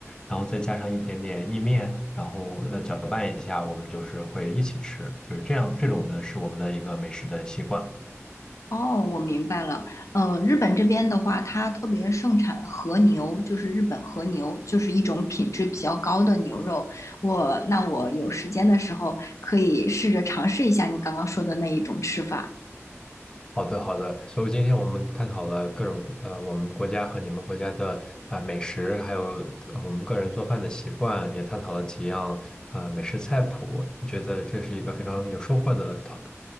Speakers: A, on the left (about 15°); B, on the left (about 80°).
A: 然后再加上一点点意面，然后呃搅拌一下，我们就是会一起吃，就是这样，这种的是我们的一个美食的习惯。
B: 哦，我明白了。呃，日本这边的话，它特别盛产和牛，就是日本和牛，就是一种品质比较高的牛肉。我，那我有时间的时候可以试着尝试一下你刚刚说的那一种吃法。
A: 好的，好的。所以今天我们探讨了各种呃，我们国家和你们国家的啊、美食，还有呃我们个人做饭的习惯，也探讨了几样啊、美食菜谱。我觉得这是一个非常有收获的讨